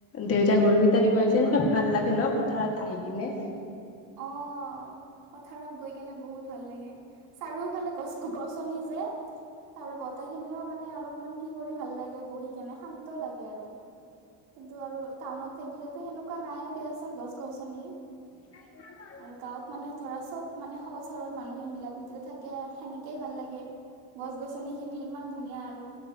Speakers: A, on the left; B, on the right.
A: দেউতাই গৰুকেইটা দিব আহিছে এনেকে ভাল লাগে ন পথাৰত আহি কিনে
B: অ' পথাৰত গৈ কেনে বহুত ভাল লাগে চাৰিওফালে গছ গছনি যে তাৰে বতাহ খিনিও মানে অলপমান কি কৰি ভাল লাগে বহি কেনে শান্ত শান্ত লাগে আৰু কিন্তু আৰু টাউনত থাকিলেতো সেনেকুৱা নাইয়ে দিয়াচোন গছ গছনি
A: নাই <inaudible>
B: আৰু গাঁৱত মানে ধৰা চব মানে সহজ সৰল মানুহে মিলা প্ৰীত টো থাকে সেনেকেই ভাল লাগে গছ গছনি খিনি ইমান ধুনীয়া, আৰু